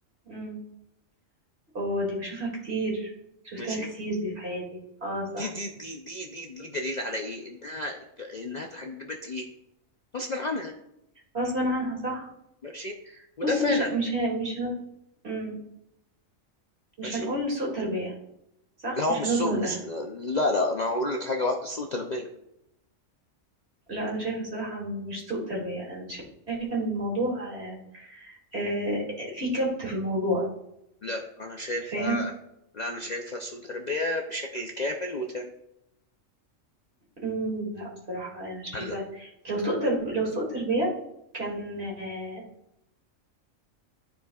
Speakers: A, on the right (about 50°); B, on the left (about 45°).
A: امم اه دي بشوفها كتير شفتها
B: ماشي
A: كتير دي في حياتي اه صح
B: دي دي دي دي دي دي دليل على ايه انها انها اتحجبت ايه غصب عنها
A: غصبا عنها صح
B: ماشي وده
A: بص
B: فعلا
A: مش ه- مش ه- مش ه- مم. مش
B: ماشي
A: هنقول سوء تربية صح
B: لا هو
A: مش
B: مش
A: هنظلم
B: سوء
A: الاهل
B: مش لا لا انا هقول لك حاجه واحده سوء تربيه
A: لا انا شايفه صراحه مش سوء تربيه انا شايفه ان الموضوع آه، آه، في كبت في الموضوع
B: لا انا شايفها
A: فاهم
B: لا انا شايفها سوء تربيه بشكل كامل وتام
A: أمم، لا بصراحه انا شايفه
B: هلا
A: لو سوء ترب... لو سوء تربيه كان آه،